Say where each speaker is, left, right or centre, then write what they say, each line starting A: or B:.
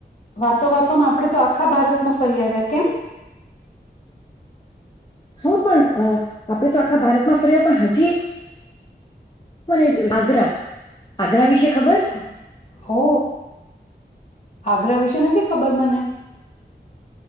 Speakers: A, on the left; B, on the left.
A: વાતો વાતોમાં આપણે તો આખા ભારતમાં ફરી આવ્યા કેમ?
B: હુ પણ આપણે તો આખા ભારતમાં ફર્યા. પણ હજી <unintelligible> એક મને આગ્રા, આગ્રા વિશે ખબર છે
A: હા! હો આગ્રા વિશે નથી ખબર મને